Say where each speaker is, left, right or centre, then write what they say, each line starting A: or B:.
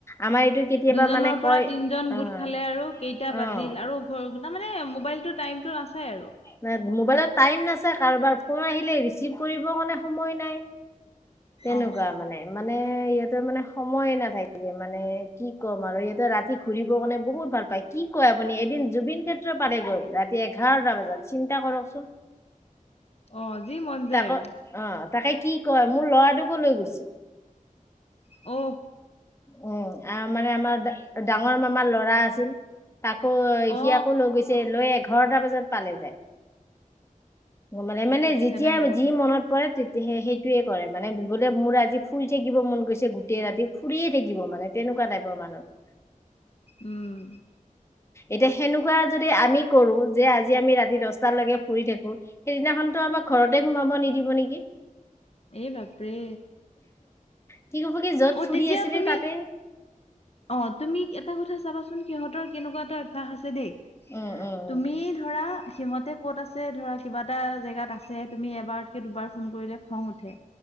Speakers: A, on the left (about 20°); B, on the left (about 45°).
A: আমাৰ এইটো কেতিয়াবা
B: দুজনৰ
A: মানে কয়
B: পৰা তিনজন
A: অ'
B: গোট খালে আৰু কেইটা
A: অ'
B: বাজিল আৰু ঘ তাৰ মানে মোবাইলটোত টাইমটো নাচাই আৰু।
A: না, মোবাইলত টাইম নাচায়। কাৰোবাৰ ফোন আহিলে ৰিচিভ কৰিব কাৰণে সময় নাই, তেনেকুৱা
B: অ
A: মানে। মানে সিহঁতৰ মানে সময়ে নাথাকে। মানে কি ক'ম আৰু সিহঁতে ৰাতি ঘুৰিব কাৰণে বহুত ভাল পাই কি কয় আপুনি। এদিন জুবিন ক্ষেত্ৰ পালেগৈ ৰাতি এঘাৰটা বজাত। চিন্তা কৰকচোন।
B: অ যি মন যায়
A: তাকো
B: আৰু
A: অ তাকে কি কয় মোৰ ল'ৰাটোকো লৈ গৈছিল।
B: অ।
A: উম আহ মানে আমাৰ ডাঙৰ মামাৰ ল'ৰা আছিল। তাকো
B: অ
A: সি আকো লৈ গৈছে লৈ এঘাৰটা বজাত পালে যায়। মানে মানে
B: দেখিছানে
A: যেতিয়া
B: বাৰু
A: যি মনত কৰে তেতিয়াহে সেইটোৱে কৰে। মানে বোলে মোৰ আজি ফুৰি থাকিব মন গৈছে গোটেই ৰাতি। ফুৰিয়ে থাকিব মানে। তেনেকুৱা টাইপৰ মানুহ।
B: উম।
A: এতিয়া সেনেকুৱা যদি আমি কৰো যে আজি আমি ৰাতি দছটালৈকে ফুৰি থাকো সেইদিনাখনতো ত পৰা ঘৰতে সোমাব নিদিব নেকি?
B: এই বাপৰে।
A: কি ক'ব কি য'ত
B: অ,
A: ফুৰি
B: তেতিয়া
A: আছিলি
B: তুমি
A: তাতে
B: অ তুমি এটা কথা চাবাচোন। সিহঁতৰ কেনেকুৱা এটা অভ্যাস আছে দেই
A: উম উম
B: তুমি ধ ধৰা সিহঁতে ক'ত আছে ধৰা কিবা এটা জেগাত আছে তুমি এবাৰতকে দুবাৰ ফোন কৰিলে খং উঠে।